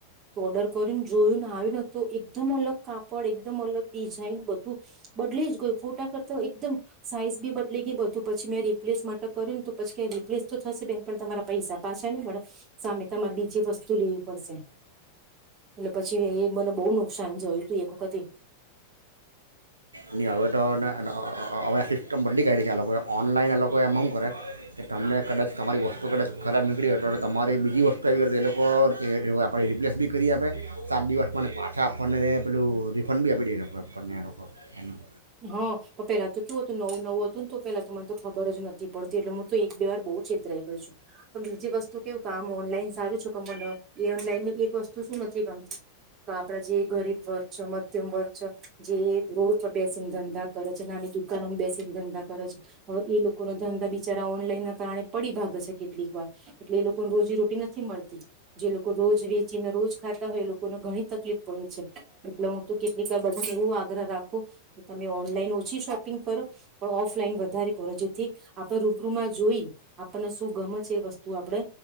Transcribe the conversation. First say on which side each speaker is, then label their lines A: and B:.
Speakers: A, on the right (about 30°); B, on the right (about 80°).
A: તો ઓર્ડર કરીને જોયુંને આવ નથી તો એકદમ અલગ કાપડ એકદમ અલગ બધું બદલી જ ગય ફોટા કરતા એકદમ સાઈઝ બી બદલી ગઈ બધું પછી મેં રિપ્લેસ માટે કર્યું ને તો પછી રિપ્લેસ તો થશે બેન પણ તમારા પૈસા પાછા નહી મળે સામે તમારે બીજી વસ્તુ લેવી પડશે એટ પછી કે એ મને બહુ નુકસાન જોયું તું એક વખતે
B: નહી હવે તો હવે આ સિસ્ટમ બંધડી કાઢી છે, આ લોકોએ ઓનલાઈન આ લોકો એમ કરે કે તમને કદાચ તમારી વસ્તુ કદાચ ખરાબ નીકળી હો તો તમારી બીજી વસ્તુ આવી ગ તો એ લોકો આપણે રિપ્લેસ બી કરી આપે સાત દિવસ મને પાછા આપણનેને પેલું રિફંડ બી આપી દે આપણને લોકો એનું
A: હા પણ પેલા તો કયું હતું નવું નવું હતું ને તો પેલા તો મને તો ખબર જ નથી પડતી એટલે હું તો એક બે વાર બહુ છેતરાઈ ગઈ છું તો બીજી વસ્તુ કેવું કામ ઓનલાઈન સારું છો ગમ એ ઓનલાઈનની એક વસ્તુ શું નથી ગમતી આપડા જે ગરીબ વર્ગ છે મધ્યમ વર્ગ છે જે રોડ બેસીને ધંધા કરે છે નાની દુકાનોમાં બેસીને ધંધા કરે છે એ લોકો નો ધંધા બિચારા ઓનલાઈન કારણે પડી ભાગ છે કેટલીક વાર એટલે એ લોકોને રોજી રોટી નથી મળતી જે લોકો રોજ વેચીને રોજ ખાતા હોય એ લોકોને ઘણી તકલીફ પડે છે એટલે હું તો કેટલીક વાર બધાને એવું આગ્રહ રાખું તમે ઓનલાઈન ઓછી શોપિંગ કરો પણ ઓફલાઈન વધારે કરો જેથી આપણે રૂબરૂમાં જોઈ આપણને શું ગમ છે એ વસ્તુ આપણે